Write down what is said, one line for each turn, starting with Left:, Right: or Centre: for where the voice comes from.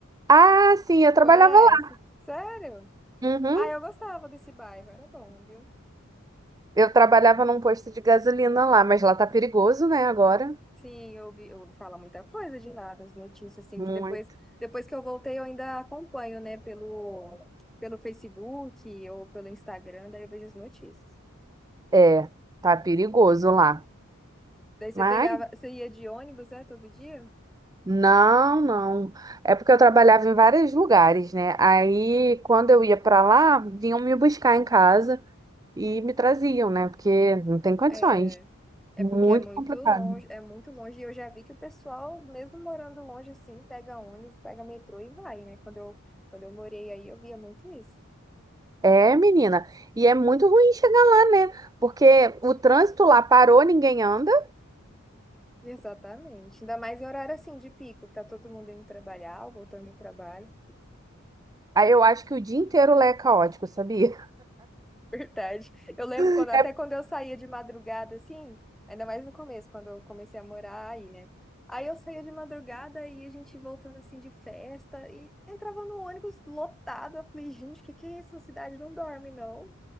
Right: Ah, sim, eu trabalhava
Centre: Conhece?
Right: lá.
Centre: Sério?
Right: Uhum.
Centre: Ah, eu gostava desse bairro, era bom, viu?
Right: Eu trabalhava num posto de gasolina lá, mas lá tá perigoso, né, agora?
Centre: Sim, eu ouvi, eu ouvi falar muita coisa de lá, das notícias, assim,
Right: Muito.
Centre: que depois, depois que eu voltei eu ainda acompanho, né, pelo, pelo Facebook ou pelo Instagram, daí eu vejo as notícias.
Right: É, tá perigoso lá.
Centre: Daí você
Right: Mas
Centre: pegava, você ia de ônibus, é, todo dia?
Right: não, não. É porque eu trabalhava em vários lugares, né? Aí, quando eu ia pra lá, vinham me buscar em casa e me traziam, né? Porque não tem condições.
Centre: É, é
Right: Muito
Centre: porque é muito
Right: complicado.
Centre: longe, é muito longe. E eu já vi que o pessoal, mesmo morando longe assim, pega ônibus, pega metrô e vai, né? Quando eu, quando eu morei aí, eu via muito isso.
Right: É, menina. E é muito ruim chegar lá, né? Porque o trânsito lá parou, ninguém anda.
Centre: Exatamente. Ainda mais em horário assim de pico, tá todo mundo indo trabalhar, ou voltando do trabalho.
Right: Aí eu acho que o dia inteiro lá é caótico, sabia?
Centre: Verdade. Eu lembro
Right: <laughs>
Centre: quando, até quando eu saía de madrugada, assim, ainda mais no começo, quando eu comecei a morar aí, né? Aí eu saía de madrugada e a gente voltando assim de festa e entrava no ônibus lotado. Eu falei, gente, o que que é isso? A cidade não dorme, não.